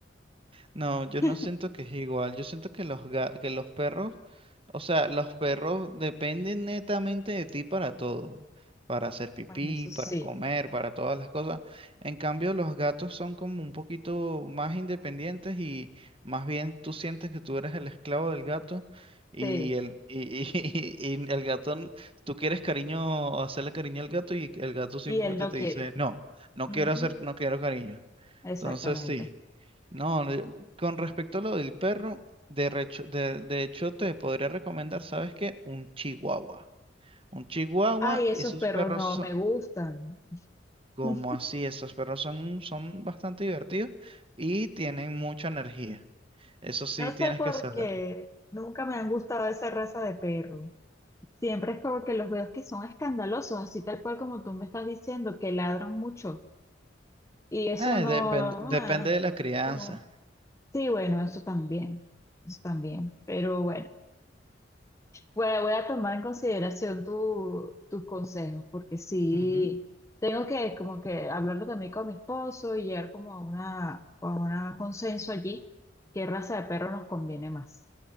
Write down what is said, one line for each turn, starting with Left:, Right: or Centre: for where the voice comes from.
Right: No, yo
Left: <laughs>
Right: no siento que es igual. Yo siento que los ga- que los perros, o sea, los perros dependen netamente de ti para todo, para hacer pipí,
Left: Bueno, eso sí,
Right: para comer, para todas las cosas. En cambio, los gatos son como un poquito más independientes y más bien tú sientes que tú eres el esclavo del gato y
Left: sí.
Right: el y, y <laughs> y el gato, n- tú quieres cariño, hacerle cariño al gato y el gato simplemente
Left: Y él no
Right: te
Left: quiere.
Right: dice, "No, no
Left: Ujú,
Right: quiero hacer, no quiero cariño."
Left: Exactamente.
Right: Entonces sí. No, no, yo- con respecto a lo del perro, de, recho- de, de hecho te podría recomendar, ¿sabes qué? Un chihuahua. Un chihuahua,
Left: Ay, esos
Right: esos
Left: perros
Right: perros
Left: no
Right: son,
Left: me gustan.
Right: como
Left: <laughs>
Right: así, esos perros son, son bastante divertidos y tienen mucha energía. Eso sí
Left: No sé
Right: tienes
Left: por
Right: que saber.
Left: qué, nunca me han gustado esa raza de perro. Siempre es como que los veo que son escandalosos, así tal cual como tú me estás diciendo, que ladran mucho. Y eso
Right: Eh,
Left: no,
Right: depende, depende
Left: ah,
Right: de la crianza.
Left: como, sí, bueno, eso también, eso también. Pero bueno. Voy a, voy a tomar en consideración tu, tus consejos, porque sí,
Right: Ujú,
Left: tengo que como que hablarlo también con mi esposo y llegar como a una, a una consenso allí, qué raza de perro nos conviene más.